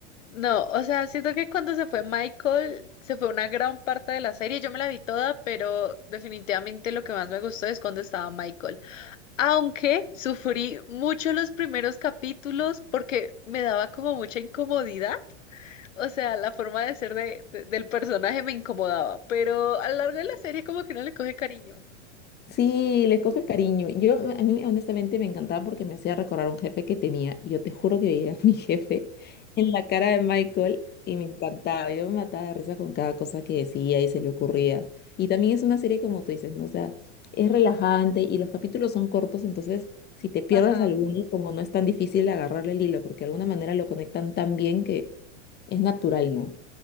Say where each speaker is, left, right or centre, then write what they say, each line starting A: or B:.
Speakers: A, on the left; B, on the left.
A: No, o sea, siento que cuando se fue Michael, se fue una gran parte de la serie. Yo me la vi toda, pero definitivamente lo que más me gustó es cuando estaba Michael. Aunque sufrí mucho los primeros capítulos porque me daba como mucha incomodidad. O sea, la forma de ser de, de- del personaje me incomodaba, pero a lo largo de la serie como que no le coge cariño.
B: Sí, les coges cariño. Yo, a mí honestamente me encantaba porque me hacía recordar a un jefe que tenía. Y yo te juro que veía a mi <laughs> jefe en la cara de Michael y me encantaba. Yo me mataba de risa con cada cosa que decía y se le ocurría. Y también es una serie como tú dices, ¿no? O sea, es relajante y los capítulos son cortos, entonces si te pierdes
A: Ajá.
B: alguno, como no es tan difícil agarrarle el hilo, porque de alguna manera lo conectan tan bien que es natural, ¿no?